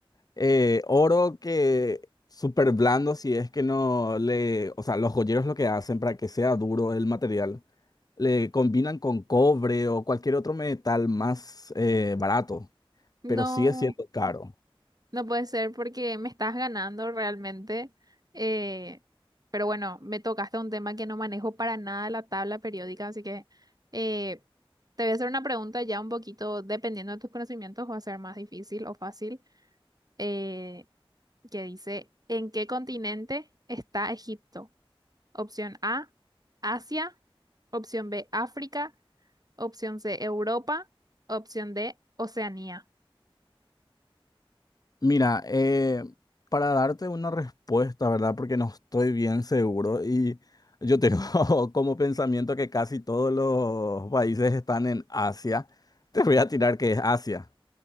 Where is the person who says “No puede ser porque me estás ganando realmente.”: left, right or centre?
Right